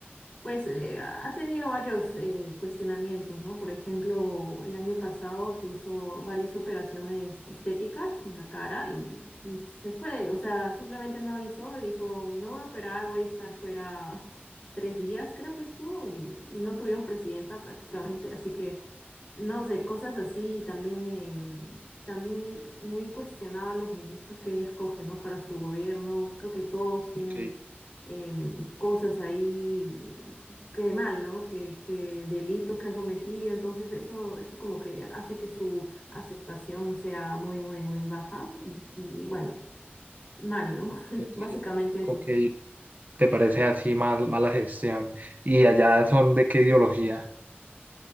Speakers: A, on the left; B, on the right.
A: pues, eh, ha tenido varios eh, cuestionamientos, ¿no? Por ejemplo, el año pasado se hizo varias operaciones estéticas en la cara y, y se fue. O sea, simplemente no avisó y dijo, me voy a operar, voy a estar fuera <laughs> tres días, creo que estuvo, y, y no tuvimos presidenta prácticamente, así que... No sé, cosas así y también, em, también muy cuestionados los ministros que ella escoge, ¿no? Para su gobierno. Creo que todos tienen
B: Ok,
A: em, cosas ahí que mal, ¿no? Que, que delitos que han cometido. Entonces eso, eso como que hace que su aceptación sea muy, muy, muy baja. Y, bueno, mal, ¿no? <laughs>
B: ok,
A: Básicamente eso.
B: ok. ¿Te parece así mal, mala gestión? ¿Y allá son de qué ideología?